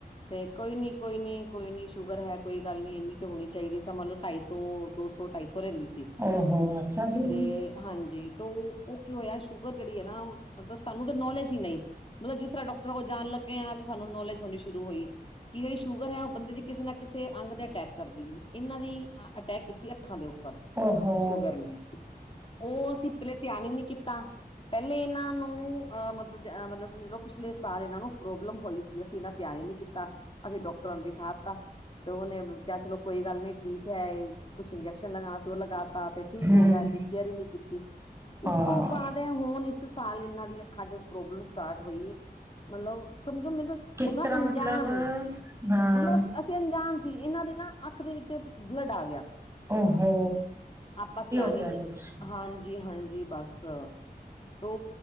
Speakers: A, on the left; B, on the right.
A: ਤੇ ਕੋਈ ਨੀ ਕੋਈ ਨੀ ਕੋਈ ਨੀ ਸ਼ੂਗਰ ਹੈ ਕੋਈ ਗੱਲ ਨੀ ਇਨੀ ਤੇ ਹੋਣੀ ਚਾਹੀਦੀ ਮੰਨ ਲੋ ਢਾਈ ਸੌ ਦੋ ਸੌ ਢਾਈ ਸੌ ਰਹਿੰਦੀ ਸੀ
B: ਓਹੋ ਅੱਛਾ ਜੀ
A: ਤੇ ਹਾਂਜੀ ਤੇ ਉਹ ਕੀ ਹੋਇਆ ਸ਼ੂਗਰ ਜਿਹੜੀ ਹੈ ਨਾ ਮਤਲਬ ਸਾਨੂੰ ਤੇ ਨੌਲੇਜ ਹੀ ਨਹੀਂ ਮਤਲਬ ਜਿਸ ਤਰ੍ਹਾਂ ਡਾਕਟਰਾਂ ਕੋਲ ਜਾਣ ਲੱਗੇ ਆ ਤੇ ਸਾਨੂੰ ਨੌਲੇਜ ਹੋਣੀ ਸ਼ੁਰੂ ਹੋਈ। ਕਿ ਜਿਹੜੀ ਸ਼ੂਗਰ ਹੈ ਉਹ ਬੰਦੇ ਦੀ ਕਿਸੇ ਨਾ ਕਿਸੇ ਅੰਗ ਦੇ ਅਟੈਕ ਕਰਦੀ ਨੇ ਇਹਨਾਂ ਦੀ ਅਟੈਕ ਕੀਤੀ ਅੱਖਾਂ ਦਿਓ
B: ਓਹੋ
A: ਸ਼ੂਗਰ ਨੇ ਉਹ ਅਸੀਂ ਪਹਿਲੇ ਧਿਆਨ ਹੀ ਨਹੀਂ ਕੀਤਾ ਪਹਿਲੇ ਇਹਨਾਂ
B: <inaudible>
A: ਨੂੰ ਅਹ ਮਤਲਬ ਮਤਲਬ ਸਮਝ ਲਓ ਪਿਛਲੇ ਸਾਲ ਇਹਨਾਂ ਨੂੰ ਪ੍ਰੋਬਲਮ ਹੋਈ ਸੀ ਅਸੀਂ ਇਨਾ ਤਿਆਰ ਹੀ ਨੀ ਕੀਤਾ ਅਸੀਂ ਡਾਕਟਰ ਦੀ ਖਾ ਤਾ ਤੇ ਉਹਨੇ ਕਿਹਾ ਚਲੋ ਕੋਈ ਗੱਲ ਨੀ ਠੀਕ ਹੈ ਕੁਛ ਇੰਜੈਕਸ਼ਨ ਲਗਾਣਾ ਸੀ ਉਹ ਲਗਾਤਾ ਤੇ
B: ਹਮ
A: ਠੀਕ ਹੋ ਗਿਆ ਇਨੀ ਕੇਅਰ ਹੀ ਨੀ ਕੀਤੀ
B: ਹਾਂ
A: ਉਸ ਤੋਂ ਬਾਅਦ ਇਹ ਹੋਣ ਇਸ ਸਾਲ ਇਹਨਾਂ ਦੀ ਅੱਖਾਂ ਚ ਪ੍ਰੋਬਲਮ ਸਟਾਰਟ ਹੋਈ ਮਤਲਬ ਸਮਝੋ ਮੈਂ ਤਾਂ
B: ਕਿਸ
A: ਉਨਾਂ
B: ਤਰ੍ਹਾਂ
A: ਅਣਜਾਨ
B: ਮਤਲਬ ਹਾਂ
A: ਮਤਲਬ ਅਸੀਂ-ਅਸੀਂ ਅਣਜਾਨ ਇਹਨਾਂ ਦੇ ਨਾ ਅੱਖ ਦੇ ਵਿੱਚ ਬਲੱਡ ਆ ਗਿਆ।
B: ਓ ਹੋ
A: ਆਪਾਂ ਧਿਆਨ
B: ਗਿਆ
A: ਹੀ ਨੀ
B: ਕੁਛ
A: ਹਾਂਜੀ-ਹਾਂਜੀ ਬਸ ਤੋ